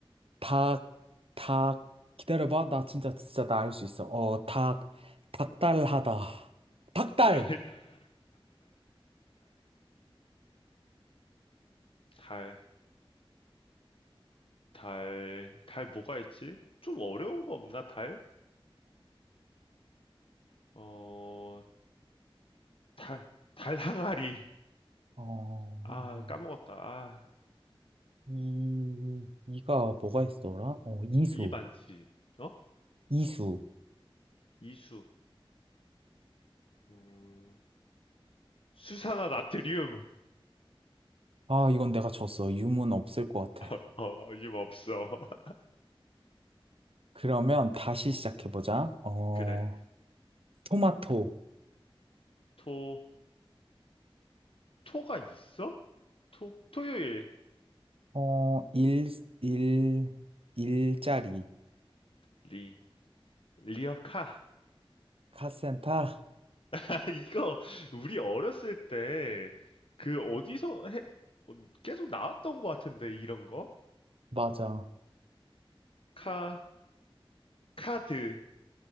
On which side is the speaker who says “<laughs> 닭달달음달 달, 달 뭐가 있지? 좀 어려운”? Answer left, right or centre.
Left